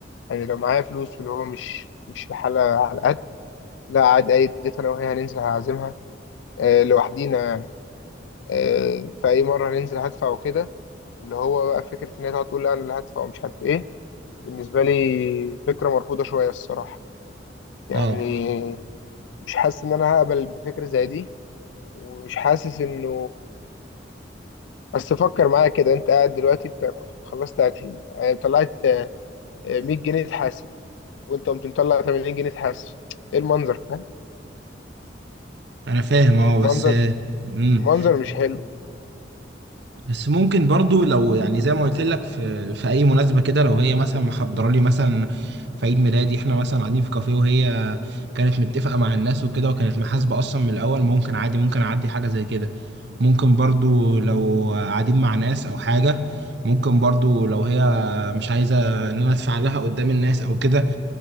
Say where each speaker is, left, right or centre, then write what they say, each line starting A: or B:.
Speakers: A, on the left; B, on the right.
A: يعني لو معايا فلوس واللي هو مش مش الحاله على قد لا عادي أي ديت أنا وهي هننزل هعزمها آه، لوحدينا يعني آه، فأي مرة هننزل هدفع وكده واللي هو بقى فكرة إن هي تقعد تقول لا أنا اللي هدفع ومش عارف إيه بالنسبة لي فكرة مرفوضة شوية الصراحة يعني
B: اه
A: مش حاسس إن أنا هقبل بفكرة زي دي ومش حاسس إنه بس فكر معايا كده أنت قاعد دلوقتي بتاكل خلصت أكل آه، طلعت آه، 100 جنيه تحاسب وأنت قمت مطلع 80 جنيه تحاسب إيه المنظر فاهم؟
B: انا فاهم اه بس
A: منظر
B: امم
A: منظر مش حلو
B: بس ممكن برضو لو يعني زي ما قلت لك في في اي مناسبه كده لو هي مثلا محضره لي مثلا في عيد ميلادي احنا مثلا قاعدين في كافيه وهي كانت متفقه مع الناس وكده وكانت محاسبه اصلا من الاول ممكن عادي ممكن اعدي حاجه زي كده ممكن برضو لو قاعدين مع ناس او حاجه ممكن برضو لو هي مش عايزه ان انا ادفع لها قدام الناس او كده